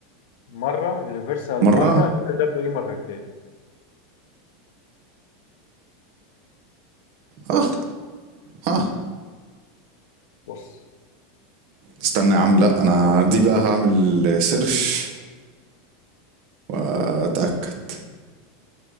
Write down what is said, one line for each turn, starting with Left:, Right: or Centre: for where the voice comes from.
Left: مرة يونيفرسال
Right: مره
Left: مرة دبليو دبليو اي مرتين
Right: اه اه
Left: بص
Right: استنى يا عم لا انا دي بقى هعمل سيرش آه، اتاكد